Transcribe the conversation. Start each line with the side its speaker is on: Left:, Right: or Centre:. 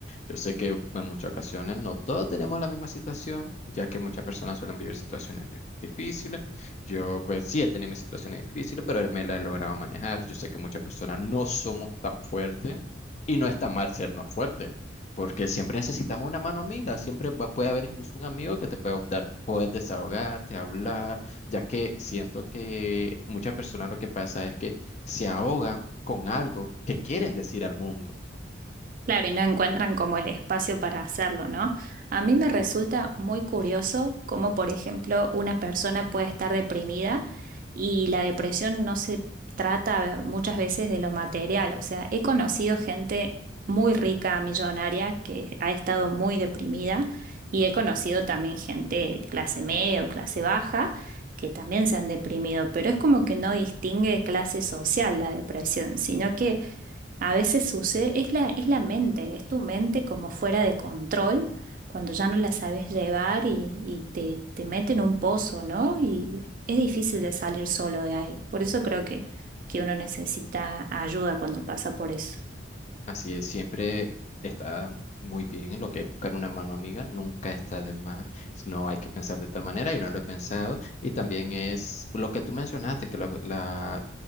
Left: Yo sé que en muchas ocasiones no todos tenemos la misma situación, ya que muchas personas suelen vivir situaciones dif- difíciles. Yo pues sí he tenido mis situaciones difíciles, pero me la he logrado manejar. Yo sé que muchas personas no somos tan fuertes y no es tan mal sernos fuertes, porque siempre necesitamos una mano amiga. Siempre va- puede haber incluso un amigo que te puede dar poder desahogarte, hablar ya que siento que muchas personas lo que pasa es que se ahogan con algo que quieren decir al mundo.
Right: Claro, y no encuentran como el espacio para hacerlo, ¿no? A mí me resulta muy curioso cómo, por ejemplo, una persona puede estar deprimida y la depresión no se trata muchas veces de lo material. O sea, he conocido gente muy rica, millonaria, que ha estado muy deprimida y he conocido también gente de clase media o clase baja que también se han deprimido, pero es como que no distingue clase social la depresión, sino que... A veces sucede, es la, es la mente, es tu mente como fuera de control, cuando ya no la sabes llevar y, y te, te mete en un pozo, ¿no? Y es difícil de salir solo de ahí. Por eso creo que, que uno necesita ayuda cuando pasa por eso.
Left: Así es, siempre está muy bien lo que es buscar una mano amiga, nunca está de más, no hay que pensar de tal manera y no lo he pensado. Y también es lo que tú mencionaste, que la, la